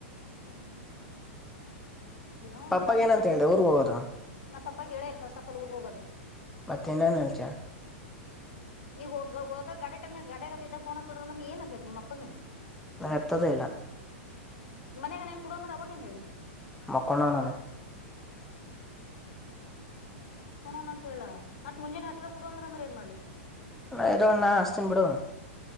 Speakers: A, on the left; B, in the centre.
A: ಹ್ಮ್ ಏನೋ ಒಂದು
B: ಪಪ್ಪಾಗ
A: ಮಾಡಿದ್ರ
B: ಏನಂತ
A: ಅವ್ರಗ
B: ಹೇಳ್ದ ಊರ್ಗ್ ಹೋಗೋದು
A: ನಾ ಪಪ್ಪ ಕೇಲ್ಲ ಫಸ್ಟ್ ಆಫ್ ಅಲ್ ಊರ್ಗ್ ಹೋಗೋದು
B: ಮತ್ತೆಏನೇ ನಿಲ್ಚ
A: ನೀವ ಹೋಗ ಹೋಗ ಗಡೆ ಟಮ್ ನ ಗಡೆಗ ಇದ್ದ ಫೋನ್ ಹತ್ತದ ಅ್ರ ನೀ ಏನ್ಸೇತಿ ನಿಮ್ಮಪ್ಪಕ್ಕನಿ
B: ನಾ ಎರ್ತದೇ ಇಲ್ಲ
A: ಮನೆಗ ನ್ ಕೊಡಂದ್ರ ಅವವಾಗಿಂದ ಹೇಳಿ
B: ಮಕ್ಕೊಂಡೊನಲ್ಲ
A: ಮಾಕೋಡೋಣ ಅಂತ ಹೇಳ ಮತ್ ಮುಂಜೆನೇ ಎಚ್ರ ಆಗಿ ಕೊಡ ಅಂದ್ರ ಅಂದ್ರ ಏನ್ ಮಾಡ್ಲಿ
B: ನ <unintelligible> ಅಸ್ತನ್ ಬಿಡು